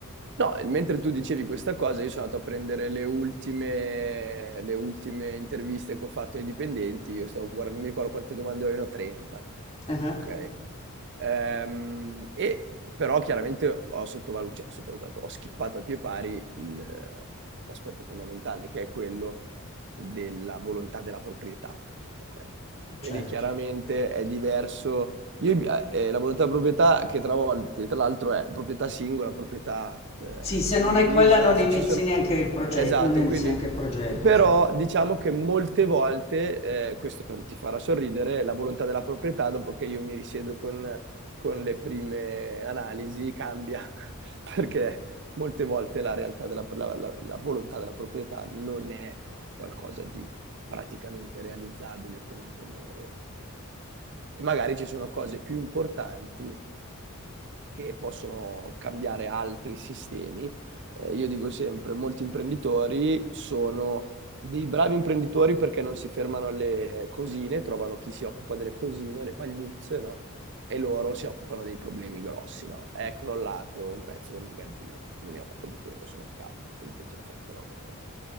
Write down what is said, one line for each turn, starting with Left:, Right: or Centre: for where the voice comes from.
Right: No, mentre tu dicevi questa cosa, io sono andato a prendere le ultime, le ultime interviste che ho fatto ai dipendenti. Io stavo guardando, non mi ricordo quante domande avevano, 30.
Left: Ah,
Right: Ok? Ehm, e però chiaramente ho sottovalu- cioè, ho sottovalutato, ho schippato a pie pari il- l'aspetto fondamentale, che è quello della volontà della proprietà. Ok? Quindi
Left: Certo.
Right: chiaramente è diverso io, eh, la volontà di proprietà, che tra, vol- che tra l'altro è proprietà singola, proprietà eh,
Left: Sì, se
Right: condivisa,
Left: non hai quella non
Right: se
Left: inizi
Right: ci sono...
Left: neanche il progetto,
Right: Esatto,
Left: non inizi
Right: quindi...
Left: neanche il progetto,
Right: Però
Left: certo.
Right: diciamo che molte volte, eh, questo ti farà sorridere, la volontà della proprietà, dopo che io mi risiedo con, con le prime analisi, cambia, <laughs> perché molte volte la realtà della, la la- la volontà della proprietà non è qualcosa di praticamente realizzabile come intendono loro e magari ci sono cose più importanti che possono cambiare altri sistemi. Eh, io dico sempre, molti imprenditori sono dei bravi imprenditori perché non si fermano alle cosine, trovano chi si occupa delle cosine, le pagliuzze, no? E loro si occupano dei problemi grossi, no? È crollato un pezzo del magazzino, io mi occupo di quello, sono il capo, quindi continua a fare il tuo lavoro